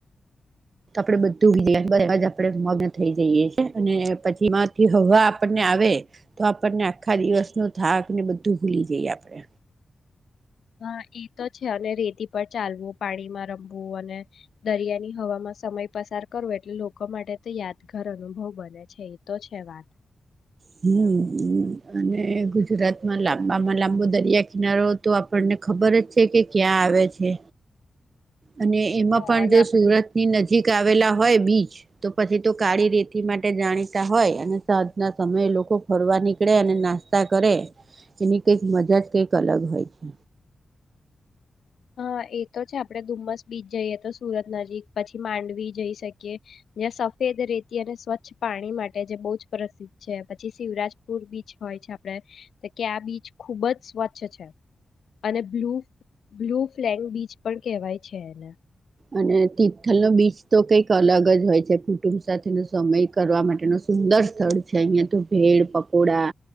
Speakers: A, on the right (about 50°); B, on the left (about 80°).
A: તો આપડે બધું ભ <unintelligible> જ આપણે મગ્ન થઈ જઈએ છી, અને પછીમાંથી હવા આપણને આવે તો આપણને આખા દિવસ ન થાક ને બધું ભૂલી જઈએ આપણે.
B: હા એ તો છે અને રેતી પર ચાલવું પાણીમાં રમવું અને દરિયા ની હવામાં સમય પસાર કરવો એટલે લોકો માટે તો યાદગાર અનુભવ બને છે એ તો છે વાત
A: હમ હમ. અને ગુજરાતમાં લાંબામાં લાંબો દરિયા કિનારો તો આપણને ખબર જ છે કે ક્યાં આવે છે. અને એમાં
B: હા
A: પણ
B: અને
A: જો
B: આપણે
A: સુરતની નજીક આવેલા હોય બીચ તો પછી તો કાળી રેતી માટે જાણીતા હોય અને સાંજના સમયે લોકો ફરવા નીકળે અને નાસ્તા કરે એની કંઈક મજા જ કંઈક અલગ હોય છે.
B: હા એ તો છે આપણે ધુમ્મસ બીચ જઈએ તો સુરત નજીક પછી માંડવી જઈ શકીએ જ્યાં સફેદ રેતી અને સ્વચ્છ પાણી માટે જે બહુ જ પ્રસિદ્ધ છે પછી શિવરાજપુર બીચ હોય છે આપડે તો કે આ બીચ ખુબ જ સ્વચ્છ છે અને બ્લુ બ્લુ ફ્લેગ બીચ પણ કહેવાય છે એને.
A: અને તિથલનો બીચ તો કંઈક અલગ જ હોય છે કુટુંબ સાથેનો સમય કરવા માટેનું સુંદર સ્થળ છે અહિયાં તો ભેડ પકોડા